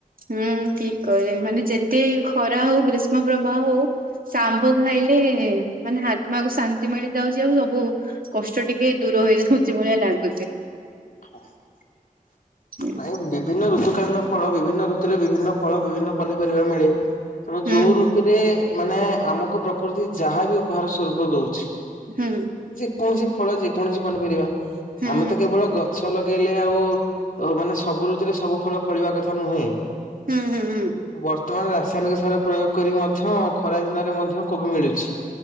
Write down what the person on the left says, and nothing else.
<inaudible>
ନାଇଁ ବିଭିନ୍ନ ଋତୁକାଳୀନ ଫଳ ବିଭିନ୍ନ ଋତୁରେ ବିଭିନ୍ନ ଫଳ ବିଭିନ୍ନ ପନିପରିବା ମିଳେ। <inaudible>
ଯୋଉ ଋତୁରେ ମାନେ ଆମକୁ ପ୍ରକୃତି ଯାହା ବି ଉପହାର ସ୍ୱରୂପ ଦଉଛି।
ଯେକୌଣସି ଫଳ ଯେକୌଣସି ପନିପରିବା
ଆମେ ତ କେବଳ ଗଛ ଲଗେଇଲେ ଆଉ। ତ ମାନେ ସବୁ ରଋତୁରେ ସବୁ ଫଳ ଫଳିବା କଥା ନୁହେଁ।
ବର୍ତ୍ତମାନ ରାସାୟନିକ ସାର ପ୍ରୟୋଗ କରିିକି ମଧ୍ୟ ଖରା ଦିନରେ ମଧ୍ୟ କୋବି ମିଳୁଛି।